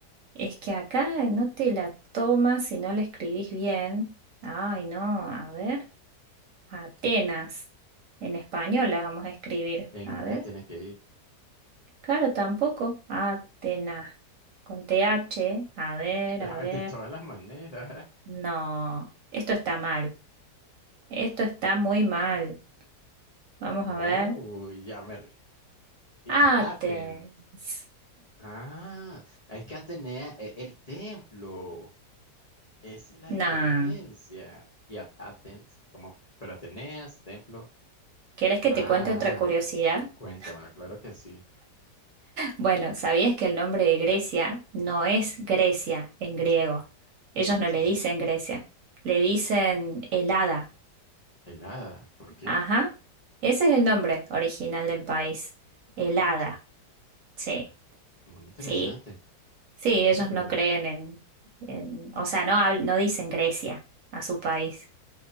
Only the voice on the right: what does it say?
es que acá no te la tomas si no la escribís bien. Ay, no, a ver, Atenas, en español la vamos a escribir.
A ver,
claro, tampoco, Atenas. Con TH, a ver,
a ver.
No, esto está mal. Esto está muy mal. Vamos
a ver.
Athens.
No.
¿Querés que
te cuente otra curiosidad?
<laughs>
Bueno, ¿sabías que el nombre de Grecia no es Grecia en griego? Ellos
no
le dicen Grecia, le dicen Helada.
Ajá. Ese es el nombre original del país. Helada.
Sí,
sí.
Sí, ellos
no creen en, en- o sea, no, habl- no dicen Grecia a su país.